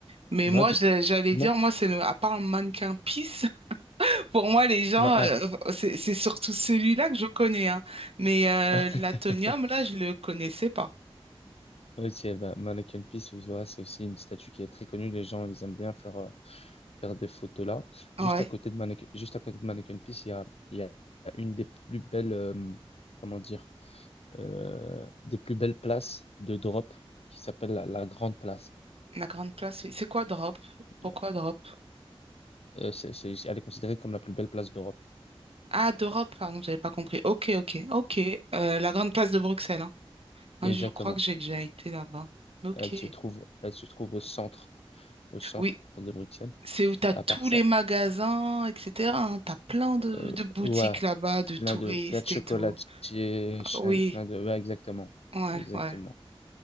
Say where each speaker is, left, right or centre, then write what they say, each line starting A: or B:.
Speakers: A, on the right; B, on the left.
A: Mais
B: non,
A: moi,
B: dis-moi,
A: j'ai- j'allais dire, moi, c'est le... à part un mannequin pisse, <laughs> pour moi, les gens,
B: ma- ah.
A: euh, c'est c'est surtout celui-là que je connais. Hein. Mais euh,
B: <laughs>
A: l'Atonium, là, je le connaissais pas.
B: Ok, bah, Mannequin Peace, oui, voilà, c'est aussi une statue qui est très connue. Les gens, ils aiment bien faire, euh, faire des photos là.
A: Ouais.
B: Juste à côté de Mannequin, juste à côté de Mannequin Peace, il y a, il y a une des plus belles, euh, comment dire, euh, des plus belles places de drop qui s'appelle la, la Grande Place.
A: La grande place, oui. C'est quoi Drop? Pourquoi
B: Euh,
A: Drop?
B: euh, c'est, c'est- elle est considérée comme la plus belle place d'Europe.
A: Ah, d'Europe, pardon, j'avais pas compris. Ok, ok, ok. Euh, la grande place de Bruxelles, hein. Ouais,
B: Exactement.
A: je crois que j'ai déjà été là-bas. Ok.
B: Elle se trouve, elle se trouve au centre, au centre
A: Oui,
B: de Bruxelles.
A: c'est où t'as
B: À
A: tous
B: part ça,
A: les magasins, etc. hein. T'as plein de,
B: Euh,
A: de boutiques
B: ouais,
A: là-bas, de
B: plein
A: touristes
B: de, plein de chocolatiers,
A: et tout.
B: chien-
A: Oui,
B: plein de, ouais, exactement,
A: ouais,
B: exactement.
A: ouais.